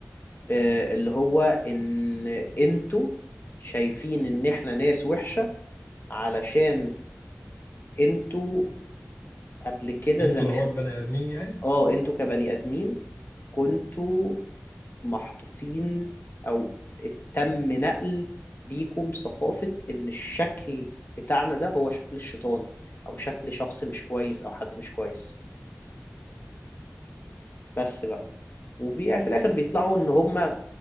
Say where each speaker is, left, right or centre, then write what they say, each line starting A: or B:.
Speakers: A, on the left (about 50°); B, on the left (about 75°).
A: آه اللي هو ان انتوا شايفين ان احنا ناس وحشة علشان انتوا قبل كده
B: انتوا
A: زمان
B: اللي هو البني ادمين يعني
A: اه انتوا كبني ادمين كنتوا محطوطين او تم نقل ليكم ثقافة ان الشكل بتاعنا ده هو شكل الشيطان او شكل شخص مش كويس او حد مش كويس بس بقى وفي الاخر بيطلعوا ان هم